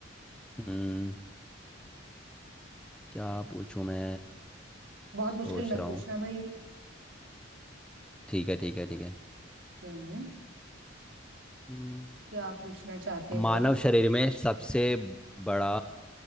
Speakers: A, in the centre; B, on the right (about 75°).
A: हम्म क्या पूछूं मैं
B: बहुत
A: सोच
B: मुश्किल मत
A: रहा
B: पूछना
A: हूँ
B: भाई
A: ठीक है ठीक है ठीक है
B: हम्म
A: हम्म,
B: क्या पूछना चाहते
A: मानव
B: हो
A: शरीर में सबसे बड़ा